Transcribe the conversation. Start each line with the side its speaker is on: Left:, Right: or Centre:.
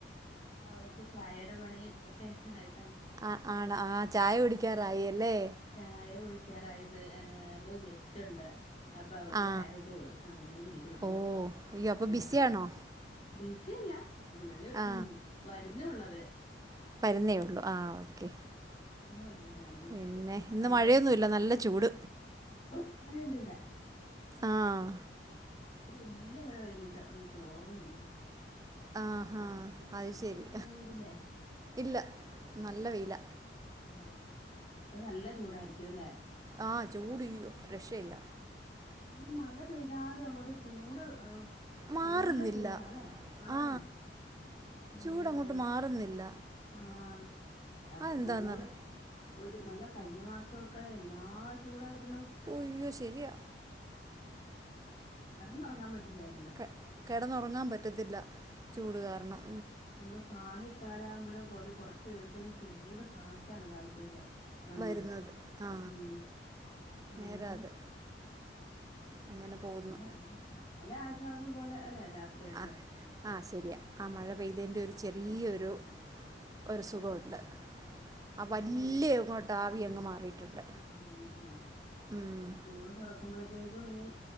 Left: ഞാൻ വൈകിട്ട് ചായയുടെ പണിയും ഒക്കെ ആയി
Right: ആഹ് ആണോ ആഹ് ചായ കുടിക്കാറായിയല്ലേ
Left: ചായ കുടിക്കാറായിപ്പോ രണ്ടൂ ന്ന് ഗെസ്റ്റ് ഉണ്ട് അപ്പൊ അവർക്ക്
Right: ആ
Left: ചായ വെച്ച കൊടുക ആഹ് അങ്ങനെ ഇരിക്കണു
Right: ഓ അയ്യോ അപ്പൊ
Left: ആഹ്
Right: ബിസിയാണോ
Left: ബിസി അല്ല എന്നാലും
Right: ആ
Left: ഉം വരുന്ന ഉള്ളവര്
Right: വരുന്നേ ഉള്ളൂ ആഹ് ഓക്കേ
Left: ദൂരത്തുന്ന് വന്നവരാകുമ്പം
Right: പിന്നെ ഇന്ന്
Left: അതിന്റെ
Right: മഴയൊന്നുമില്ല നല്ല ചൂട്
Left: <unintelligible>
Right: ആഹ്
Left: ഒരു വല്യ മഴ കഴിഞ്ഞിട്ട് അങ്ങ് തോർന്നിരുന്നു
Right: ആഹ് ആഹ്അത്
Left: അവിടെ
Right: ശരി
Left: അങ്ങോട്ട് മഴ പെയ്തില്ലേ
Right: ഇല്ല നല്ല വയില
Left: അതെയോ അപ്പൊ നല്ല ചൂടായിരിക്കും അല്ലെ
Right: ആഹ് ചൂടിയ്യോ രക്ഷയില്ല
Left: എന്ത് മഴ പെയ്താലും അങ്ങോട്ട് ചൂട്
Right: മാറുന്നില്ല
Left: നല്ല ചൂടാല്ലേ ആഹ്
Right: ആ
Left: എന്താണ്
Right: ചൂടങ്ങോട്ട് മാറുന്നില്ല
Left: ആഹ് അതുപോലെ
Right: അതെന്താന്നറി
Left: ഒരു നല്ല കഴിഞ്ഞ മാസൊക്കെ എന്നാ ചൂടായിരുന്നു
Right: ഉയ്യോ ശരിയ
Left: കിടന്നൊറൻ പറ്റില്ലായിരുന്നു
Right: കി കിടന്നുറങ്ങാൻ പറ്റത്തില്ല ചൂട്
Left: ആഹ്
Right: കാരണം
Left: നമ്മള് ഫാനിട്ടാലാകുമ്പോഴും ഒരു കുറച്ച കഴിയുമ്പോഴത്തേക്കെ ഒരു ചൂട് കാറ്റാണ് താഴത്തേക്ക് വന്നത്
Right: വരുന്നത് ആ
Left: ഉം അങ്ങനെ
Right: നേരാ അത് അങ്ങനെ പോകുന്നു
Left: പിന്നെഒരു ശകല ആശ്വാസം പോലെ അല്ലേ രാത്രിയൊക്കെ
Right: ആ ആ ശരിയ ആ മഴ പെയ്തതിൻ്റെ ഒരു ചെറിയൊരു ഒരു സുഖമുണ്ട്
Left: ഇനിയിപ്പോ സ്കൂള്
Right: ആ വലിയ
Left: തുറ
Right: ഇങ്ങോട്ട് ആവി അങ്ങ് മാറിയിട്ടുണ്ട്
Left: ആവി അങ്ങോട്ട് മാറി
Right: ഉം.
Left: സ്കൂള് തുറക്കുമ്പോഴത്തേക്കും ഇനി